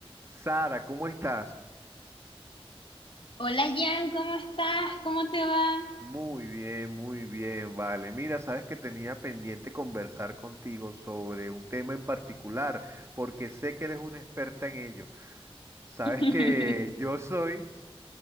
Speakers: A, on the right; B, on the left.
A: Sara, ¿cómo estás?
B: Hola Jan, ¿cómo estás? ¿Cómo te va?
A: Muy bien, muy bien, vale. Mira, sabes que tenía pendiente conversar contigo sobre un tema en particular, porque sé que eres una experta en ello. Sabes
B: <laughs>
A: que yo soy